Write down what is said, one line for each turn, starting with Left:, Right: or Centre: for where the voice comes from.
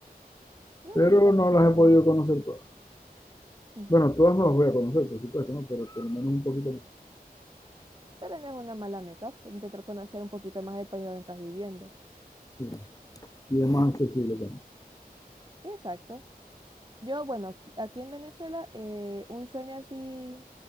Right: No,
Left: Pero
Right: sí, también
Left: no
Right: sería
Left: las he
Right: bueno.
Left: podido conocer todas.
Right: Mm.
Left: Bueno, todas no las voy a conocer, por supuesto, ¿no? Pero por lo menos un poquito más.
Right: Pero no es una mala meta. pues, Intentar conocer un poquito más del país donde estás viviendo.
Left: Sí. Y es más accesible también.
Right: Exacto. Yo, bueno, aquí aquí en Venezuela, eh, un sueño así